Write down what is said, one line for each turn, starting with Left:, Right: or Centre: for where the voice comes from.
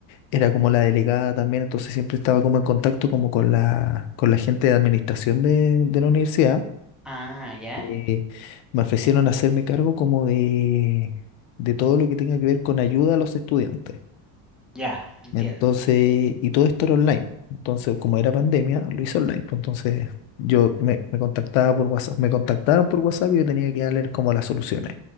Left: era como la delegada también, entonces siempre estaba como en contacto como con la, con la gente de administración de, de la universidad.
Centre: Ah, ya.
Left: Eh, me ofrecieron hacerme cargo como de, de todo lo que tenga que ver con ayuda a los estudiantes.
Centre: Ya, entiendo.
Left: Entonces, y todo esto era online. Entonces, como era pandemia, lo hice online. pues, Entonces, yo me, me contactaba por WhatsApp. Me contactaban por WhatsApp y yo tenía que darle como las soluciones